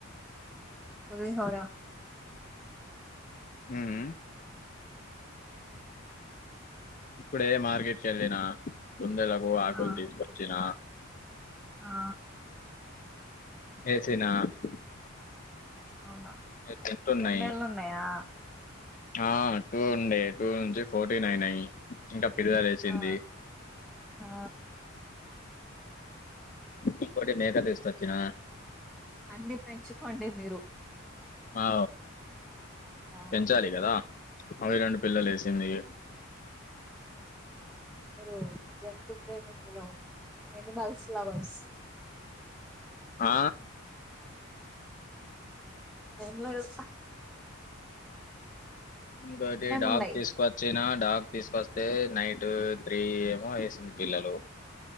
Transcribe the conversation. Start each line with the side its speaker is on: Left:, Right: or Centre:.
Centre: పులిహోరా
Left: మ్మ్ ఇప్పుడే మార్కెట్ కెళ్ళిన బుందెలాకు ఆకులు
Centre: ఆ
Left: తీసుకొచ్చిన
Centre: ఆ
Left: ఏసిన అవి
Centre: అవునా
Left: తిన్నతున్నాయి
Centre: కుందేళ్ళు ఉన్నాయా
Left: ఆ టూ ఉండే టూ నుంచి ఫోర్టీన్ అయినాయి ఇంకాపిల్లలు వేసింది
Centre: ఆ ఆ
Left: ఇంకోటి మేక తీస్తొచ్చిన
Centre: అన్ని పెంచుకోండి మీరు
Left: అ
Centre: ఆ
Left: పెంచాలి కదా అవి రెండు పిల్లలు వేసింది
Centre: అవును మీరు జంతు ప్రేమికులవును ఎనిమల్స్ లవర్స్
Left: ఆ
Centre: ఏంలేదు
Left: ఇంకోటి డాగ్
Centre: ఉన్నాయి
Left: తీసుకొచ్చనా డాగ్ తీసుకొస్తే నైట్ త్రీ ఏమో వేసింది పిల్లలు